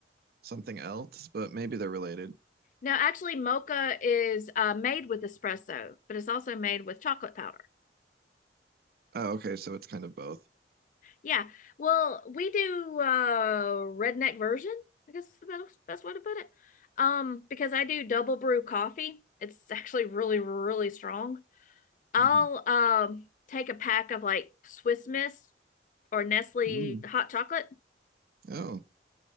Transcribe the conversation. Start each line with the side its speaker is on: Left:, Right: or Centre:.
Right: something else, but maybe they're related.
Left: Now, actually, mocha is uh, made with espresso, but it's also made with chocolate powder.
Right: Oh, okay, so it's kind of both.
Left: Yeah. Well, we do uh, redneck version. I guess is the best, best way to put it. Um, because I do double brew coffee. It's actually really, really strong. I'll
Right: hmm
Left: um take a pack of like Swiss Miss or Nestle
Right: Mm.
Left: hot chocolate,
Right: Oh,